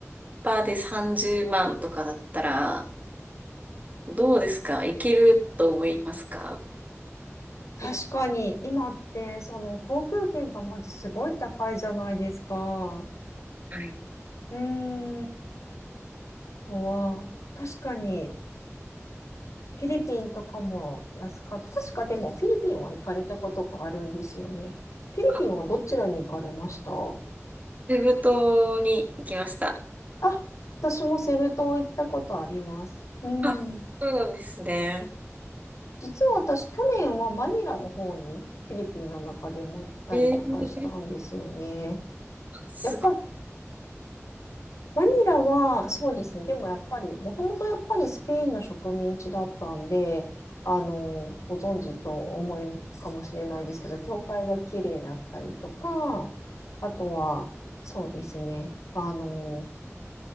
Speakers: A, on the right; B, on the left.
A: バーで30万とかだったら、どうですかいけると思いますか
B: 確かに、
A: い、
B: 今って、その航空券がまずすごい高いじゃないですか。
A: はい。
B: うーん。あとは、確かに、フィリピンとかも安かった。確かでも、フィリピンは行かれたことがあるんですよね。フィリピンはどちらに行かれました
A: あ、セブ島に行きました。
B: あ、私もセブ島行ったことあります。うん。
A: あ、そうなんですね。
B: 実は私、去年はマニラの方に、フィリピンの中でも行ったりとかしたんですよね。
A: えー、すごい。
B: やっぱバニラは、そうですね。でもやっぱり、もともとやっぱりスペインの植民地だったんで、あの、ご存知と思いかもしれないですけど、教会が綺麗だったりとか、あとは、そうですね。あの、